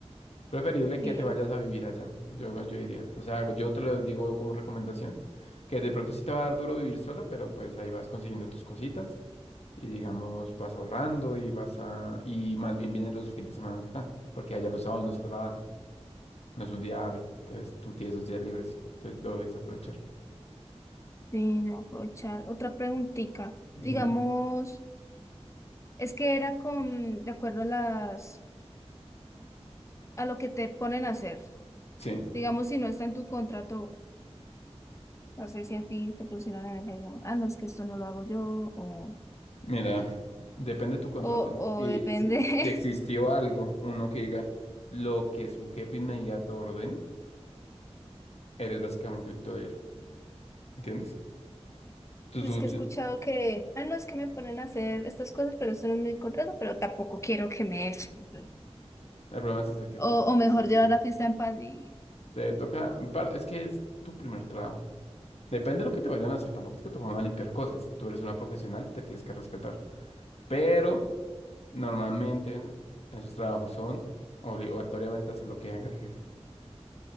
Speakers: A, on the left (about 70°); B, on the left (about 25°).
A: Preferible
B: sí,
A: que te vayas a vivir allá, yo, yo diría. O sea, yo te lo digo como recomendación, que de pronto sí te va a dar duro vivir sola, pero pues ahí vas consiguiendo tus cositas y digamos vas ahorrando y vas a... y más bien vienen los fines de semana acá, porque allá los sábados no se trabaja, no es un día hábil, entonces tú tienes dos días libres, entonces lo debes aprovechar.
B: sí, de aprovechar. Otra preguntita.
A: Dime.
B: Digamos, es que era con, de acuerdo a las, a lo que te ponen a hacer.
A: Sí,
B: Digamos, si no está en tu contrato No sé si a ti te pusieron en el jefe ah, no, es que esto no lo hago yo, o,
A: mira, depende de tu contrato.
B: o,
A: Si,
B: o depende.
A: si,
B: <laughs>
A: si existió algo, uno que diga lo que su jefe inmediato ordene, eres básicamente un todero, ¿entiendes? Tus
B: Es
A: funcio-
B: que he escuchado que, ah, no, es que me ponen a hacer estas cosas, pero esto no es mi contrato, pero tampoco quiero que me echen.
A: El problema es ese que
B: O,
A: tú tienes
B: o mejor
A: que...
B: llevar la fiesta en paz y,
A: Te toca... en par- Es que es tu primer trabajo. Depende de lo que te vayan a hacer. Tampoco es que te pongan a limpiar cosas. Tú eres una profesional, te tienes que respetar. Pero normalmente esos trabajos son obligatoriamente hacer lo que haga el jefe.